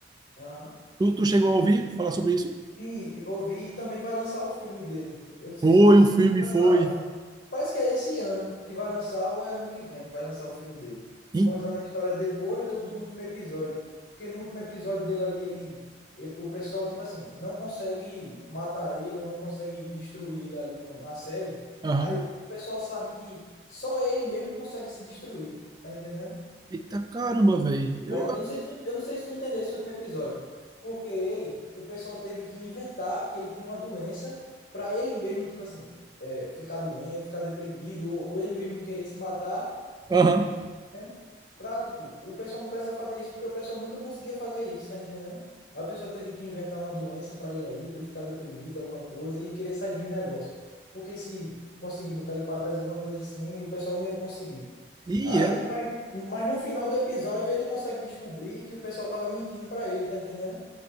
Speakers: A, on the left; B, on the right.
A: Aham.
B: Tu, tu chegou a ouvir falar sobre isso?
A: E, e ouvi e também vai lançar o filme dele. Eu não sei
B: Foi,
A: se, eu não sei
B: o filme
A: se você tá
B: foi.
A: sabendo. Parece que é esse ano que vai lançar ou é ano que vem, vai lançar o filme dele.
B: E-
A: Contando a história depois do, do último episódio. Porque no último episódio dele ali, ele, ele- o pessoal, tipo assim, não consegue matar ele ou não consegue destruir ele ali no- na série.
B: Aham.
A: Aí o pessoal sabe que só ele mesmo consegue se destruir. Tá entendendo?
B: Eita caramba, velho. Eu.
A: Aí, eu não sei se tu, eu não sei se tu entendeu esse último episódio. Porque ele, o pessoal teve que inventar que ele tinha uma doença pra ele mesmo, tipo assim, é, ficar doente, ficar deprimido, ou, ou ele mesmo querer se matar,
B: Aham.
A: né? Pra, tipo, o pessoal não precisa fazer isso, porque o pessoal nunca conseguia fazer isso, tá entendendo? Aí o pessoal teve que inventar uma doença pra ele ali, pra ele ficar deprimido, alguma coisa, e querer sair dos negócios. Porque se conseguir botar ele pra trás alguma coisa assim, o pessoal não ia conseguir.
B: Ih,
A: Aí,
B: era.
A: mas, mas no final do episódio ele consegue descobrir que o pessoal tava mentindo pra ele, tá entendendo?